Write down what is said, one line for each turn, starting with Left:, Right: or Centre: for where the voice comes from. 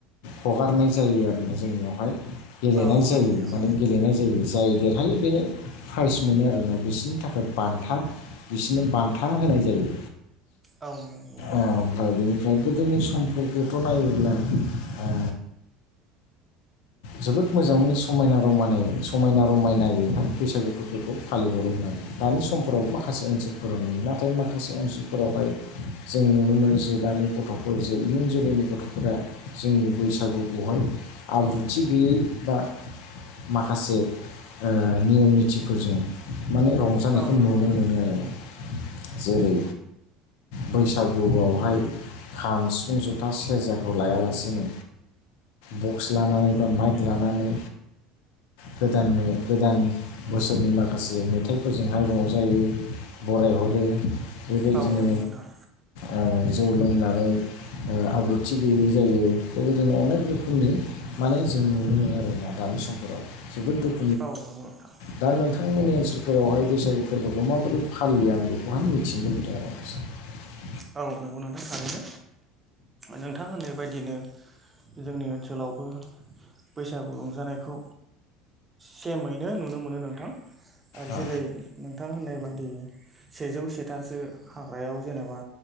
Left: हगारनाय जायो आरोना जोंनियावहाय। गेलेनाय
Right: औ
Left: जायो
Right: नंगौ नोंथां
Left: माने गेलेनाय जायो। जाय देरहायो बेनो प्राइज मोनो आरोना बिसोरनि थाखाय बान्था बिसोरनो बान्था होनाय जायो
Right: औ नंगौ नोंथां
Left: ओमफ्राय बिनिफ्राय गोदोनि सम समफोरखौथ' नायोब्ला ओ जोबोद मोजां माने समायना रमायनाय समायना रमायनायैहाय बैसागु फोरबोखौ फालिहरोमोन आरो। दानि समफोराव माखासे ओनसोलफोराव नुयो नाथाय माखासे ओनसोलफोरावहाय जों नुनो मोनो जे दानि गथ'फोर जे इयुन जोलैनि गथ'फोरा जोंनि बैसागुखौहाय आब्रु थि गैयै बा माखासे ओ नियम निथिफोरजों माने रंजानायखौ
Right: औ नंगौ
Left: नुनो
Right: नोंथां
Left: मोनो आरो ना जेरै बैसागुआवहाय खाम सिफुं जथा सेरजाखौ लायालासेनो बक्स लानानै बा माइक लानानै गोदान गोदान बोसोरनि माखासे मेथाइफोरजोंहाय रंजायो बरायहरो। बे बेबायदिनो
Right: औ नंगौ नोंथां
Left: ओ जौ लोंनानै ओ आब्रुथि गैयै जायो बेबायदिनो अनेक रोखोमनि। माने जों नुनो मोनो आरोना दानि समफोराव जोबोद दुखु
Right: औ नंगौ नोंथां।
Left: दा नोंथांमोननि ओनसोलफोरावहाय बैसागु फोरबोखौ माबोरै फालियो आं बेखौहाय मिथिनो लुबैदों आरो एसे। <inaudible>
Right: औ नंगौ नोंथां थारैनो नोंथां होननाय बायदिनो जोंनि ओनसोलावबो बैसागु रंजानायखौ सेमैनो नुनो मोनो नोंथां। आरो
Left: औ
Right: जेरै नोंथां होननाय बायदि सेजौ सेथासो हाग्रायाव जेनेबा